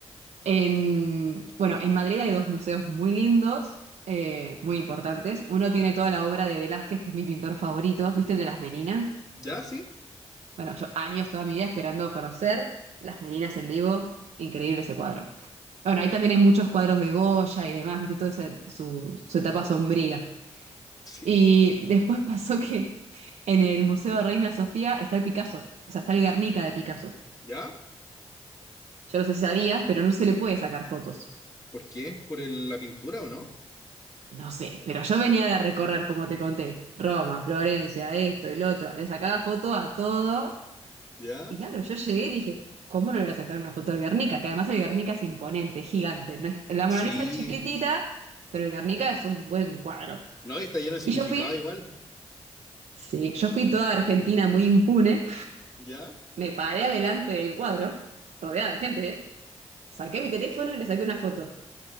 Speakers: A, on the right (about 80°); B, on the left (about 30°).
A: En, bueno, en Madrid hay dos museos muy lindos, eh, muy importantes. Uno tiene toda la obra de Velázquez, que es mi pintor favorito, ¿viste el de las Meninas?
B: ¿Ya? ¿Sí? <laughs>
A: Bueno, yo años toda mi vida esperando conocer las Meninas en vivo, increíble ese cuadro. Bueno, ahí también hay muchos cuadros de Goya y demás, ¿viste? Toda su, su etapa sombría.
B: Sí.
A: Y después <laughs> pasó que en el Museo de Reina Sofía está el Picasso, o sea, está el Guernica de Picasso.
B: ¿Ya?
A: Yo no sé si sabías, pero no se le puede sacar fotos.
B: ¿Por qué? ¿Por el- la pintura o no?
A: No sé, pero yo venía de recorrer, como te conté, Roma, Florencia, esto, el otro. Le sacaba foto a todo.
B: ¿Ya?
A: Y claro, yo llegué y dije, ¿cómo no le voy a sacar una foto al Guernica? Que además el Guernica es imponente, es gigante. No es- la Mona
B: Sí.
A: Lisa es chiquitita, pero el Guernica es un buen cuadro.
B: No, y está lleno de significado
A: Y yo fui,
B: igual.
A: sí, yo fui toda Argentina muy impune.
B: ¿Ya?
A: Me paré adelante del cuadro, rodeada de gente, ¿eh? Saqué mi teléfono y le saqué una foto.